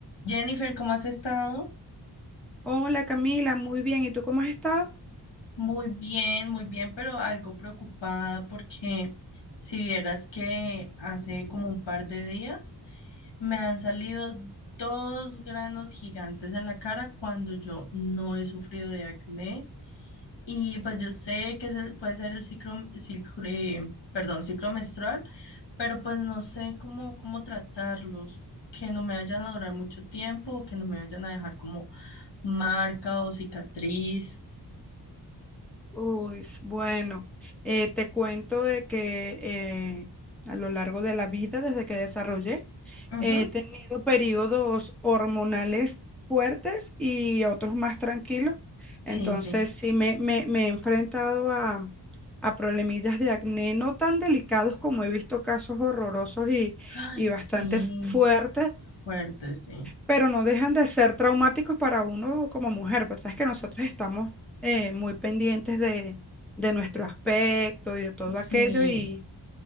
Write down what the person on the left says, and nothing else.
Jennifer, ¿cómo has estado?
Muy bien, muy bien, pero algo preocupada porque si vieras que hace como un par de días me han salido dos granos gigantes en la cara cuando yo no he sufrido de acné y pues yo sé que es el- puede ser el ciclo, ciclo- eh, perdón, ciclo menstrual, pero pues no sé cómo, cómo tratarlos, que no me vayan a durar mucho tiempo o que no me vayan a dejar como marca o cicatriz.
Ujú,
Sí, sí.
Ay,
sí,
fuerte, sí.
Sí,